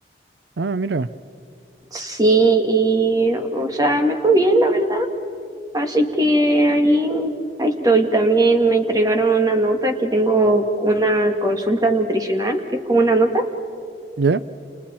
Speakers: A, on the right (about 80°); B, on the right (about 20°).
A: Ah, mira,
B: Sí, y, o sea, me fue bien, la verdad. Así que ahí, ahí estoy. También me entregaron una nota que tengo una consulta nutricional, que es como una nota.
A: ¿ya?